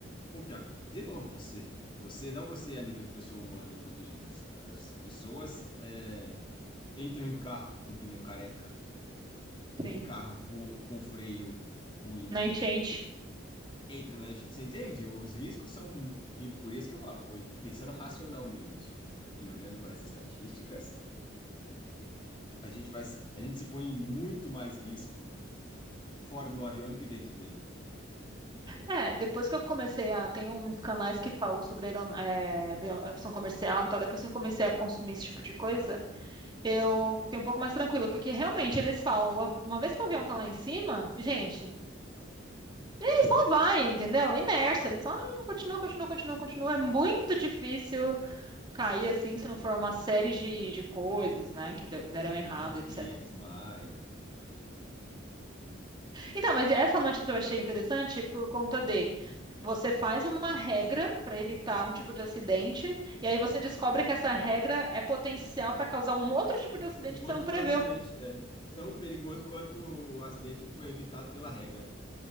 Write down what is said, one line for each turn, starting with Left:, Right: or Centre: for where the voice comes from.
Left: O que, a- de novo, você, você, não você é a nível de pessoa humana enquanto gente. As, as pessoas é, entram em carro com pneu careca, em
Right: Sim,
Left: carro com, com freio ruim,
Right: na enchente.
Left: entra na. enche- Você entende? Os riscos são. E por isso que eu falo, ol- pensando racionalmente e olhando para as estatísticas, a gente faz, a gente se põe em muito mais risco fora de um avião do que dentro dele.
Right: É, depois que eu comecei a. Tem uns canais que falam sobre aeron- é, avião- aviação comercial e tal. Depois que eu comecei a consumir esse tipo de coisa, Eu fiquei um pouco mais tranquila, porque realmente eles falam, o av- uma vez que o avião tá lá em cima, gente, ele só vai, entendeu? Inércia, ele só ah, continua, continua, continua, continua. É muito difícil cair assim, se não for uma série de, de coisas, né, que deu- deram
Left: Um
Right: errado,
Left: piloto
Right: etc.
Left: que desmaia,
Right: Então, mas essa notícia eu achei interessante por conta
Left: sim.
Right: de você faz uma regra para evitar um tipo de acidente, e aí você descobre que essa regra é potencial para causar um outro tipo de acidente
Left: Um
Right: que
Left: outro
Right: você não preveu.
Left: acidente é tão perigoso quanto o acidente que foi evitado pela regra.